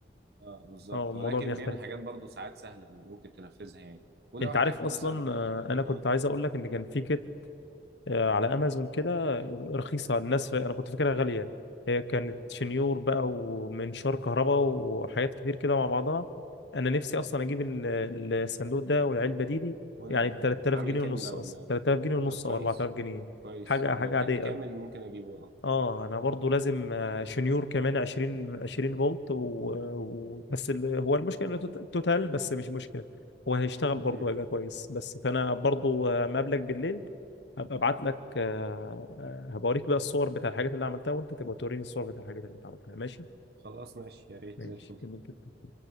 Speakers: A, on the right; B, on the left.
A: آه بالظبط
B: اه الموضوع
A: ولكن
B: بيختلف
A: بيعمل حاجات برضه ساعات سهلة إن ممكن تنفذها يعني ولو
B: انت
A: احتجت
B: عارف اصلا
A: مثلا
B: آه، انا كنت
A: آه
B: عايز اقول لك ان كان في كده آه، على امازون كده رخيصه الناس انا كنت فاكرها غاليه هي كانت شنيور بقى ومنشار كهرباء وحاجات كتير كده مع بعضها انا نفسي اصلا اجيب ال- ال- الصندوق ده والعلبه دي دي
A: وأنا
B: يعني
A: جدا
B: ب 3000
A: عامل
B: جنيه
A: كام
B: ونص
A: ده ولا
B: اصلا 3000 جنيه ونص
A: طب كويس
B: او 4000 جنيه
A: كويس
B: حاجه حاجه
A: لو
B: عاديه
A: كنت كامل ممكن أجيبه
B: اه انا برضو لازم آه، شنيور كمان 20 20 فولت و... و... بس ال... هو المشكله انه توت- توتال بس مش مشكله هو هيشتغل برضو
A: آه
B: هيبقى كويس بس فانا برضو آه، مقابلك بالليل هبقى ابعت لك آه، آه، هبوريك بقى الصور بتاع الحاجات اللي عملتها وانت تبقى توريني الصور بتاع الحاجات اللي انت عملتها ماشي
A: خلاص ماشي يا ريت
B: ماشي
A: زي الفل
B: جميل جدا